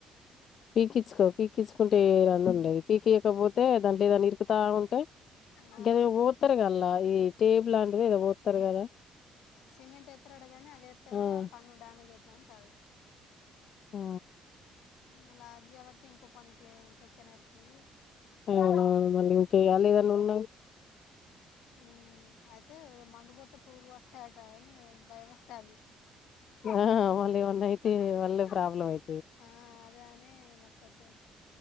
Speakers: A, on the left; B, on the left.
A: పీకిచ్చుకో పీకించుకుంటే ఏ రంధి ఉండదు పీకీయకపోతే దాంట్ల ఏదన్న ఇరుకుతా ఉంటే
B: ఆ
A: గదేమో పొత్తారు గా అల్లా ఈ టేబు లాంటిది ఏదో పొత్తరు కదా
B: సిమెంట్ ఎత్తరటగనీ అది ఎత్తే కూడా
A: ఆ
B: పన్ను డామేజ్ అయితదని అంటల్లూ
A: ఆ
B: మళ్ళ అద్ జేయవట్టి ఇంకో పన్నుకి ఇన్ఫెక్షన్ అయితది
A: హ్మ్ మళ్ళ ఇంక అల్లా ఏదన్న ఉన్నా
B: ఉ అయితే మందు పొత్తే పురుగులు పడతాయాటగని భయం అయితాంది
A: ఆ మళ్ళ ఏమన్నైతే మళ్ళే ప్రాబ్లమ్ అయ్
B: ఆ అదే అనే నాక్ కొంచం